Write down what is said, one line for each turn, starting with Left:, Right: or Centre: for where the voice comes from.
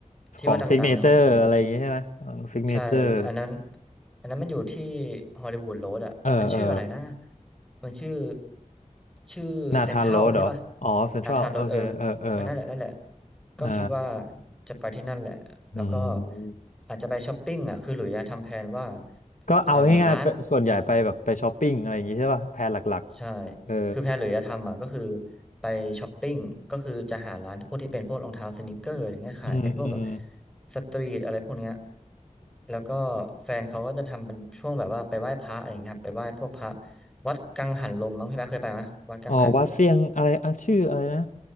Centre: ที่ว่าดังๆในฮ่องกงอ่ะ
Left: ของซิกเนเจอร์อะไรอย่างงี้ใช่ไหมของซิกเนเจอร์
Centre: ใช่ อันนั้น อันนั้นมันอยู่ที่ฮอลลีวูดโรดอ่ะ
Left: เออเออ
Centre: มันชื่ออะไรนะมันชื่อชื่อเซ็นทรัลใช่ป่ะ
Left: นาธานโรดเหรออ๋อเซ็นทรัลโอเคเออเออ
Centre: อาคารรถเออเออ นั่นแหละ นั่นแหละ
Left: เออ
Centre: ก็คิดว่าจะไปที่นั่นแหละ แล้วก็
Left: อืม
Centre: อาจจะไปช้อปปิ้งอ่ะ คือหลุยส์อะทำแผนว่า
Left: ก็เอาง่ายๆไปส่วนใหญ่ไปแบบไปช้อปปิ้งอะไรอย่างงี้ใช่ป่ะแพลนหลักๆเออ
Centre: เอ่อร้าน ใช่ คือแพลนหรือจะทำอ่ะก็คือไปช้อปปิ้งก็คือจะหาร้านพวกที่เป็นพวกรองเท้าสนิกเกอร์อะไรเงี้ยขายเป็นพวกแบบ
Left: อืมอืม
Centre: สตรีทอะไรพวกเนี้ยแล้วก็แฟนเขาก็จะทำเป็นช่วงแบบว่าไปไหว้พระอะไรเงี้ยครับไปไหว้พวกพระวัดกังหันลมมั้งพี่แป๊ะเคยไปไหมวัดกังหัน
Left: อ๋อวัดเซียงอะไรอ่ะชื่ออะไรนะ